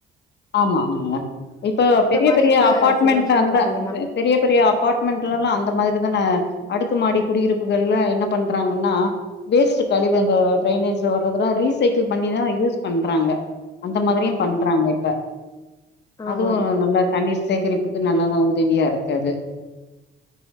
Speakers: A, on the left; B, on the left.
A: ஆமா ஆமாங்க இப்போ பெரிய
B: மாரி
A: பெரிய
B: கூட
A: அப்பார்ட்மண்ட்
B: சில விஷயங்கள்
A: அந்த
B: செய்யலா
A: அக்கு பெரிய பெரிய அபார்ட்மெண்ட்லலா அந்த மாதிரி தான அடுக்குமாடி குடியிருப்புகள்ல என்ன பண்றாங்கன்னா வேஸ்ட் கழிவுங்க ட்ரைனேஜ்ல வரதுலா ரீசைக்கள் பண்ணிதா யூஸ் பண்றாங்க அந்த மாதிரியு பண்றாங்க இப்ப அதுவு
B: ஆமா
A: நல்லா தண்ணீர் சேகரிப்புக்கு நல்லாதா உதவியா இருக்கு அது